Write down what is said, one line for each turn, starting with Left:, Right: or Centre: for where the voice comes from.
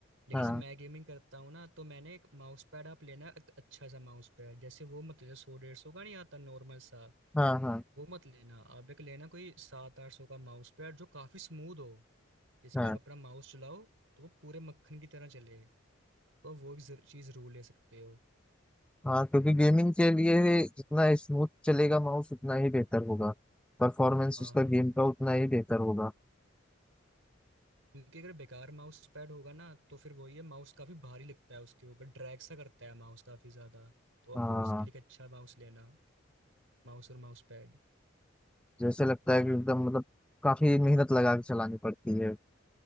Right: लेकिन
Centre: हाँ
Right: जब मैं गेमिंग करता हूँ ना तो मैंने एक माउस पैड आप लेना एक अच्छा सा माउस पैड जैसे वो मत लेना सौ डेढ़ सौ का नहीं आता नॉर्मल सा
Centre: हाँ हाँ
Right: वो मत लेना आप एक लेना कोई सात आठ सौ का माउस पैड जो काफी स्मूथ हो जिस
Centre: हाँ
Right: पे आप अपना माउस चलाओ तो वो पूरे मक्खन की तरह चले तो वो एक चीज जरूर ले सकते हो
Centre: हाँ क्योंकि गेमिंग के लिए जितना स्मूथ चलेगा माउस उतना ही बेहतर होगा परफॉर्मेंस
Right: हाँ
Centre: उसका
Right: हाँ
Centre: गेम का उतना ही बेहतर होगा
Right: क्योंकि अगर बेकार माउस पैड होगा ना तो फिर वही है माउस काफी भारी लगता है उसके ऊपर ड्रैग सा करता है माउस काफी ज्यादा तो अब
Centre: हाँ
Right: वो उसके लिए एक अच्छा माउस लेना माउस और माउस पैड
Centre: जैसे लगता है कि एकदम मतलब काफी मेहनत लगा के चलानी पड़ती है